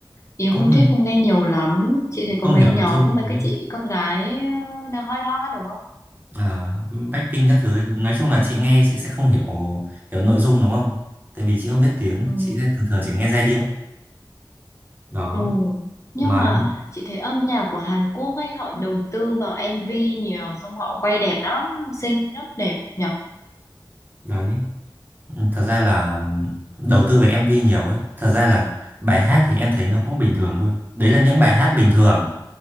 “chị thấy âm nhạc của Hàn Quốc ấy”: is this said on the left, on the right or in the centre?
Left